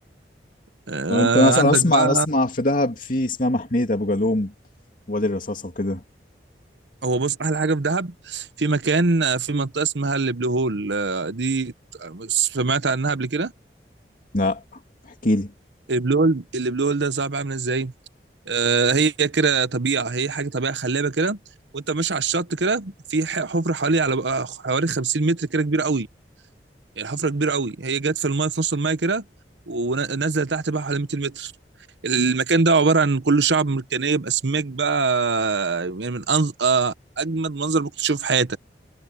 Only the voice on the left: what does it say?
طب انت انا أس-
أنا اسمع
انا اسمع في دهب في اسمها محمية ابو جالوم وادي الرصاصة وكده
لا احكي لي